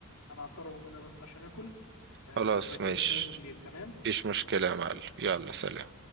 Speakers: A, on the left (about 80°); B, on the right (about 50°).
A: انا هضطر اقوم هنا بس عشان اكل آه،
B: خلاص
A: نبقى نكمل
B: ماشي
A: كلامنا بالليل تمام
B: مفيش مشكلة يا معلم يلا سلام